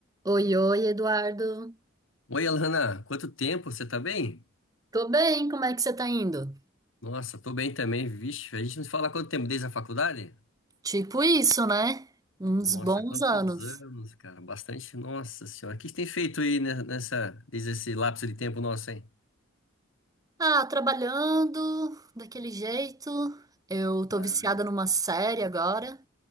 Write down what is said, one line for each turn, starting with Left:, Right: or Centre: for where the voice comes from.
Right: Oi, oi, Eduardo.
Left: Oi, Alana, quanto tempo? Você tá bem?
Right: Tô bem, como é que você tá indo?
Left: Nossa, tô bem também, vixe. A gente não se fala há quanto tempo desde a faculdade?
Right: Tipo isso, né? Uns
Left: Nossa,
Right: bons
Left: quantos
Right: anos.
Left: anos, cara? Bastante. Nossa senhora, o que você tem feito aí ne- nessa, desde esse lapso de tempo nosso, hein?
Right: Ah, trabalhando daquele jeito. Eu tô
Left: Ah,
Right: viciada numa série agora.